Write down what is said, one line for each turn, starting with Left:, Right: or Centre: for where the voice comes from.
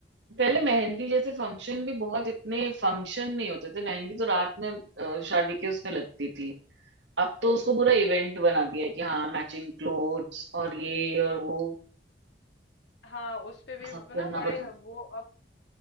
Right: पहले मेहंदी जैसे फंक्शन भी बहुत इतने फंक्शन नहीं होते थे मेहंदी तो रात में अ, शादी के उसमें लगती थी अब तो उसको पूरा इवेंट बना दिया है कि हाँ मैचिंग क्लोथ्स और ये और वो
Left: हाँ उस पे भी
Right: सब करना
Left: ना बड़े
Right: पड़ता
Left: वो अब